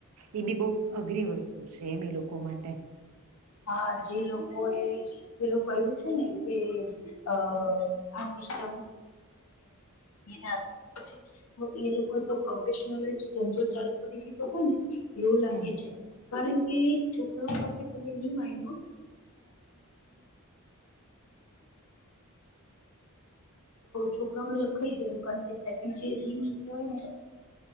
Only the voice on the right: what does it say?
એ બી બહ અઘરી વસ્તુ છે એમ એ લોકો માટે
હમ